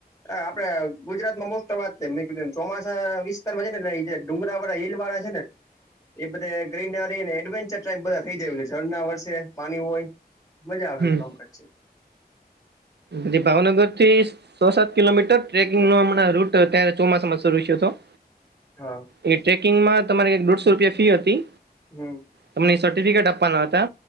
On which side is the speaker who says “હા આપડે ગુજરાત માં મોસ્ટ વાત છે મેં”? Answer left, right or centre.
Left